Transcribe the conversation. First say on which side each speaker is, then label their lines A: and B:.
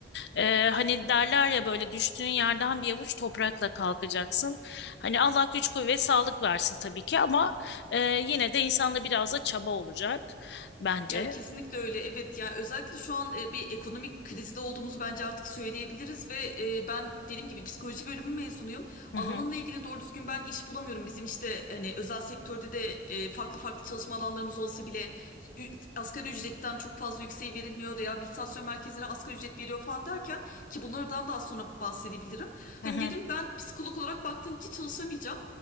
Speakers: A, on the left; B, on the left.
A: E, hani derler ya böyle düştüğün yerden bir avuç toprakla kalkacaksın. Hani Allah güç kuvvet sağlık versin tabii ki ama ee, yine de insanda biraz da çaba olacak bence.
B: Ya kesinlikle öyle. Evet yani özellikle şu an e, bir ekonomik krizde olduğumuzu bence artık söyleyebiliriz ve e, ben dediğim gibi psikoloji bölümü mezunuyum.
A: Hı
B: Alanımla
A: hı,
B: ilgili doğru düzgün ben iş bulamıyorum. Bizim işte hani özel sektörde de e, farklı farklı çalışma alanlarımız olsa bile ü- asgari ücretten çok fazla yükseği verilmiyor. Rehabilitasyon merkezleri asgari ücret veriyor falan derken ki bunlardan daha sonra bahsedebilirim. Hani
A: hı hı.
B: dedim ben psikolog olarak baktım ki çalışamayacağım.